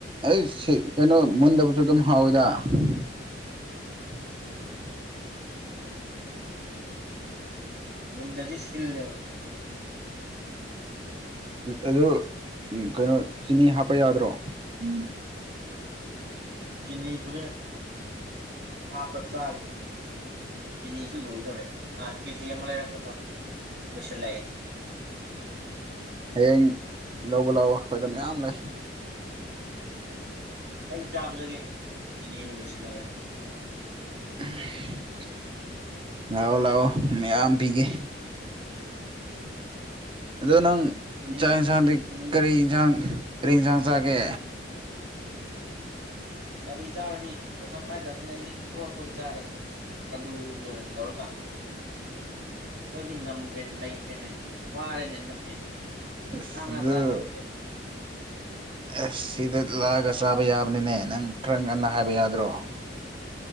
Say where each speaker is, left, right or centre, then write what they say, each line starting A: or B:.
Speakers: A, on the right; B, on the right.
A: ꯑꯩ ꯁꯤ ꯀꯩꯅꯣ ꯃꯨꯟꯗꯕꯨꯁꯨ ꯑꯗꯨꯝ ꯍꯥꯎꯋꯤꯗ <unintelligible>
B: ꯃꯟꯖꯖꯤ ꯁꯤꯜꯂꯦꯕ
A: ꯑꯗꯨ ꯀꯩꯅꯣ ꯆꯤꯅꯤ ꯍꯥꯞꯄ ꯌꯥꯗ꯭ꯔꯣ
B: ꯎꯝ ꯆꯤꯡꯅꯤ ꯄꯔ ꯍꯥꯄ ꯆꯥꯔꯤꯅꯤ ꯆꯤꯅꯤꯁꯨ ꯂꯣꯏꯗꯧꯔꯦꯕ ꯅꯍꯥꯟ ꯀꯦꯖꯤ ꯑꯃ ꯂꯩꯔꯛꯄꯗꯣ ꯂꯣꯏꯁꯤꯜꯂꯛꯑꯦꯅꯦ
A: ꯍꯌꯦ ꯂꯧꯕ ꯂꯥꯛꯑꯣ ꯑꯩꯈꯣꯏꯗ ꯃꯌꯥꯝ ꯂꯩ
B: ꯑꯩ ꯆꯥꯖꯒꯦ ꯆꯤꯅꯤꯔ ꯂꯣꯏꯁꯤꯜꯂꯛꯑꯦ
A: <unintelligible> ꯂꯥꯛꯑꯣ ꯂꯥꯛꯑꯣ ꯃꯌꯥꯝ ꯄꯤꯒꯦ ꯑꯗꯣ ꯅꯪ
B: ꯆꯤꯅꯤ
A: ꯆꯥꯛ ꯌꯦꯟꯁꯥꯡꯗꯤ
B: ꯆꯤꯅꯤꯁꯦ
A: ꯀꯔꯤ ꯌꯦꯟꯁꯥꯡ ꯀꯔꯤ ꯌꯦꯟꯁꯥꯡ ꯆꯥꯒꯦ
B: ꯒꯥꯔꯤ ꯆꯥꯔꯅꯤ ꯄꯩꯁꯥ ꯄꯥꯏꯗꯕꯅꯤꯅ ꯑꯩꯗꯤ ꯏꯔꯣꯟꯕ ꯑꯣꯏꯅ ꯆꯥꯔꯦꯅ ꯑꯂꯨꯒ ꯇꯧꯔꯒ ꯑꯩꯣꯏꯗꯤ ꯉꯝꯗ꯭ꯔꯦꯅꯦ ꯂꯩꯇ꯭ꯔꯦꯅꯦ ꯋꯥꯔꯦꯅꯦ ꯍꯟꯗꯛꯇꯤ
A: ꯑꯁ
B: ꯆꯥꯡ ꯉꯥ
A: ꯑꯗꯨ
B: ꯆ ꯉꯝꯗ꯭ꯔꯦꯅꯦ
A: ꯑꯁ ꯁꯤꯗ ꯂꯥꯛꯑꯒ ꯆꯥꯕ ꯌꯥꯕꯅꯤꯅꯦ ꯅꯪ ꯈꯔ ꯉꯟꯅ ꯍꯥꯏꯕ ꯌꯥꯗ꯭ꯔꯣ <inaudible>